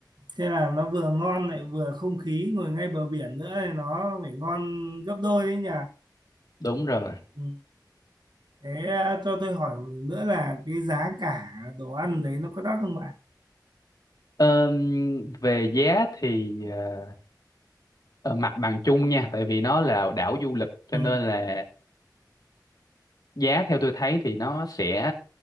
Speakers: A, on the right (about 75°); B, on the left (about 55°).
A: Thế là nó vừa ngon lại vừa không khí ngồi ngay bờ biển nữa thì nó phải ngon gấp đôi đấy nhỉ.
B: đúng rồi
A: Ừ. Thế à, cho tôi hỏi nữa là cái giá cả đồ ăn đấy nó có đắt không ạ?
B: Ờm, về giá thì ờ, ờ, mặt bằng chung nha tại vì nó là đảo du lịch cho
A: Ừ.
B: nên là giá theo tôi thấy thì nó sẽ